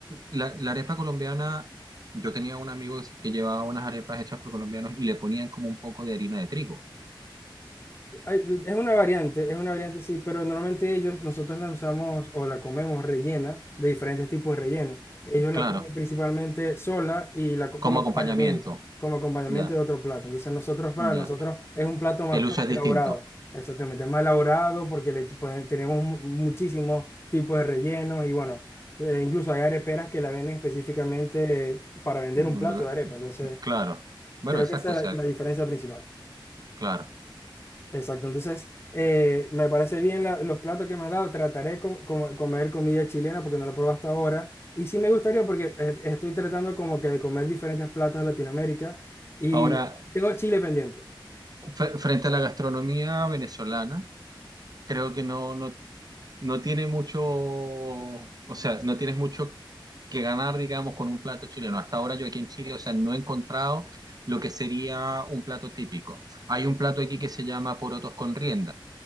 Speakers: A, on the right; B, on the left.
A: la, la arepa colombiana, yo tenía un amigo que llevaba unas arepas hechas por colombianos y le ponían como un poco de harina de trigo,
B: Ay, es una variante, es una variante, sí, pero normalmente ellos, nosotros la usamos o la comemos rellena de diferentes tipos de relleno. Ellos
A: claro,
B: la comen principalmente sola y la co-
A: como
B: como acompañamiento,
A: acompañamiento,
B: como acompañamiento
A: ya,
B: de otro plato. Entonces nosotros, para
A: ya.
B: nosotros, es un plato más
A: El
B: pre-
A: uso es
B: elaborado.
A: distinto,
B: Exactamente, es más elaborado porque le ponen- tenemos mu- muchísimos tipos de rellenos y bueno, eh, incluso hay areperas que la venden específicamente eh, para vender
A: ¿verdad?
B: un plato de arepa. Entonces,
A: Claro, bueno,
B: creo
A: exacto,
B: que esa
A: o sea,
B: es la la diferencia principal.
A: claro.
B: Exacto, entonces eh, me parece bien la- los platos que me has dado. Trataré de com- com- comer comida chilena porque no lo he probado hasta ahora. Y sí me gustaría porque eh, estoy tratando como que de comer diferentes platos de Latinoamérica y
A: Ahora,
B: tengo Chile pendiente.
A: fre- frente a la gastronomía venezolana, creo que no, no no tiene mucho, o sea, no tienes mucho que ganar, digamos, con un plato chileno. Hasta ahora yo aquí en Chile, o sea, no he encontrado lo que sería un plato típico. Hay un plato aquí que se llama porotos con rienda,